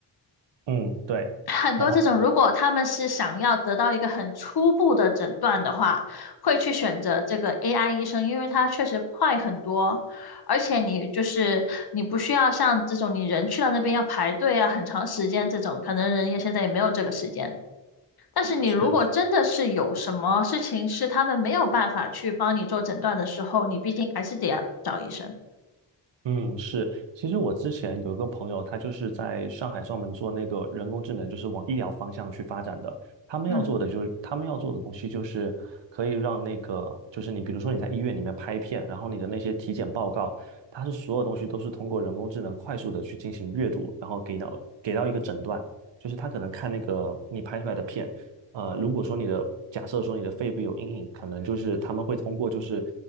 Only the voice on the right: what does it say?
嗯，对，
然后
是，
嗯是，其实我之前有一个朋友，他就是在上海专门做那个人工智能，就是往医疗方向去发展的。他们要做的就是，
他们要做的东西就是可以让那个，就是你比如说你在医院里面拍片，然后你的那些体检报告，它是所有东西都是通过人工智能快速的去进行阅读，然后给到给到一个诊断，就是他可能看那个你拍出来的片。呃，如果说你的假设说你的肺部有阴影，可能就是他们会通过就是